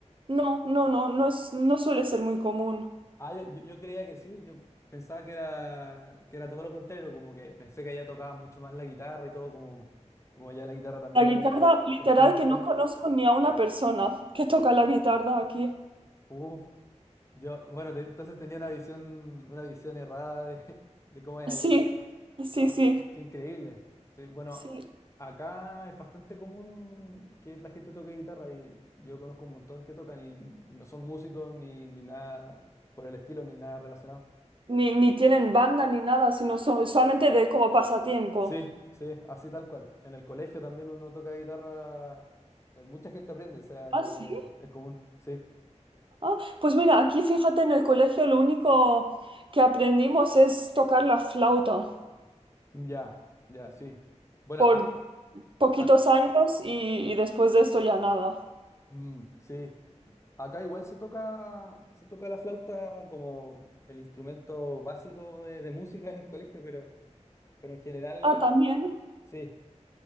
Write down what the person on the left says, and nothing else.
Ah, yo, yo- yo creía que sí. Yo pensaba que era, que era todo lo contrario, como que pensé que allá tocaba mucho más la guitarra y todo, como, como allá la guitarra también
es,
es típica.
Uf, yo, bueno, te- entonces tenía una visión, una visión errada de, <laughs> de cómo es
allá.
Ah,
qué, qué- qué increíble. Sí, bueno,
acá es bastante común que la gente toque guitarra y yo conozco un montón que tocan y, y no son músicos ni, ni nada por el estilo, ni nada relacionado.
Sí, sí, así tal cual. En el colegio también uno toca guitarra, eh, mucha gente aprende, o sea,
es como,
es común. Sí,
ya, ya, sí. Bueno,
a-
a-
mm, sí. Acá igual se toca, se toca la flauta como el instrumento básico de, de música en el colegio, pero, pero en general,
sí,